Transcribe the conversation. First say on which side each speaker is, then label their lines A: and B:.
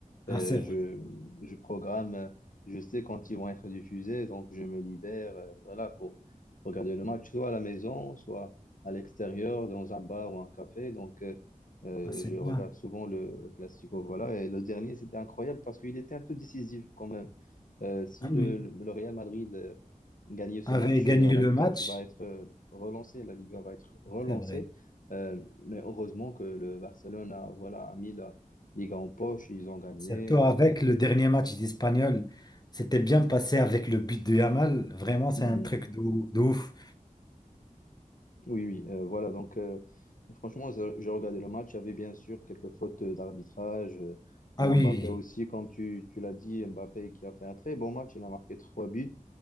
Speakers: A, on the left; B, on the left.
A: Ah,
B: Euh,
A: c'est vrai.
B: je, je programme, euh, je sais quand ils vont être diffusés, donc je me libère, euh, voilà, pour regarder le match, soit à la maison, soit à l'extérieur, dans un bar ou un café. Donc, euh, euh,
A: Ah, c'est
B: je regarde
A: bien.
B: souvent le, le classico, voilà. Et le dernier, c'était incroyable parce qu'il était un peu décisif quand même. Euh, si
A: Ah
B: le,
A: oui.
B: le le Real Madrid euh, gagner ce
A: Avait
B: match
A: gagné
B: et à la
A: le
B: Liga
A: match,
B: qui va être euh, relancée. La Liga va être relancée.
A: c'est vrai.
B: Euh, mais heureusement que le Barcelone a, voilà, a mis la Liga en poche, ils ont gagné.
A: Surtout avec
B: et-
A: le dernier match d'Espagnol. C'était bien passé avec le but de Yamal. Vraiment, c'est
B: Mm.
A: un truc de, de ouf.
B: Oui, oui, euh, voilà. Donc, euh, franchement, ça- j'ai regardé le match. Il y avait bien sûr quelques fautes d'arbitrage. Euh,
A: Ah
B: Il y a
A: oui,
B: Mbappé aussi, comme tu, tu l'as dit, Mbappé qui a fait un très bon match. Il a marqué trois buts